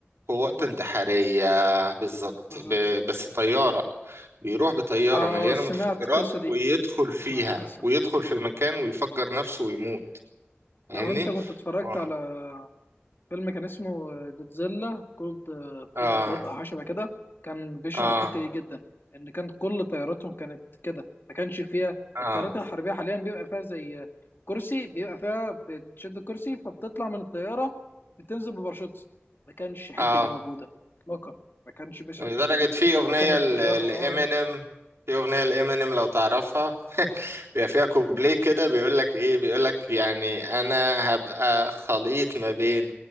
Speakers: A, on the right (about 80°); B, on the left (about 55°).
A: قوات
B: بالظبط
A: انتحارية بالظبط
B: بالظبط
A: ب... بس طيارة بيروح بطيارة
B: اه
A: مليانة متفجرات
B: سمعت القصه دي
A: ويدخل فيها
B: سمعت القصه
A: ويدخل
B: دي
A: في المكان ويفجر نفسه ويموت فاهمني؟
B: لو انت كنت اتفرجت
A: اه
B: على فيلم كان اسمه جودزيلا كولد كولد
A: اه
B: بلاد او حاجه شبه كده كان بيشرح
A: اه
B: الحته دي جدا ان كان كل طياراتهم كانت كده ما كانش فيها
A: اه
B: الطيارات الحربيه حاليا بيبقى فيها زي كرسي بيبقى فيها بتشد الكرسي فبتطلع من الطياره بتنزل بباراشوت ما كانش الحته
A: اه
B: دي موجوده اطلاقا ما كانش بيشرح
A: لدرجة
B: الحته دي
A: في أغنية
B: هو كان الطيار
A: ل- لإمينيم
B: اه
A: في أغنية لإمينيم لو تعرفها <laughs> بيبقى فيها كوبليه كده بيقول لك إيه بيقول لك يعني أنا هبقى خليط ما بين